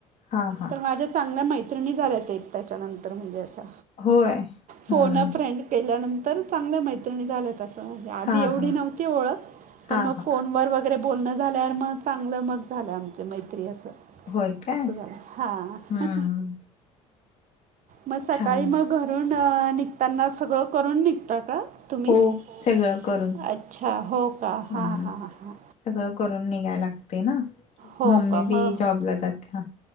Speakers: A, on the left; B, on the right.
A: हा हा
B: तर माझ्या चांगल्या मैत्रिणी झाल्या त्या त्याच्यानंतर म्हणजे अशा.
A: होय
B: फोन
A: हम्म
B: फ्रेंड केल्यानंतर चांगल्या मैत्रिणी झाल्या असं! आधी
A: हा
B: एवढी
A: हा
B: नव्हती ओळख.
A: हा
B: पण मग
A: हा
B: फोन वर वगैरे, बोलणं झाल्यावर मग, चांगलं मग झालं आमच मैत्री असं.
A: होय काय
B: असं झालं. हा.
A: हम्म
B: म सकाळी
A: छान
B: मग घरून निघताना सगळं करून निघतं का तुम्ही?
A: हो
B: हो
A: सगळं करून.
B: अच्छा हो का
A: हम्म.
B: हां हां हां
A: सगळं करून निघायला लागतय ना?
B: हो
A: मम्मी
B: का मग
A: बी जॉबला जात्या.